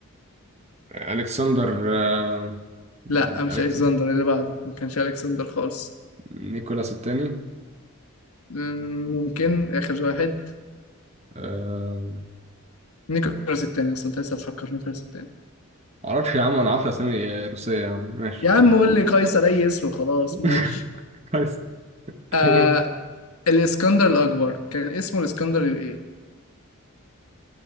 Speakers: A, on the right; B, on the left.
A: ألكسندر آه،
B: لا مش
A: ألكس
B: ألكسندر اللي بعده ما كانش ألكسندر خالص
A: نيكولاس الثاني
B: مم، ممكن آخر واحد
A: آه،
B: نيكولاس التاني أصلا أنت لسه هتفكر نيكولاس التاني
A: معرفش يا عم أنا عارف أسامي روسية يا عم ماشي
B: يا عم
A: تمام
B: قول لي قيصر اي اسم خلاص
A: <laughs>
B: ماشي
A: قيصر تمام
B: آه الاسكندر الاكبر كان اسمه الاسكندر الايه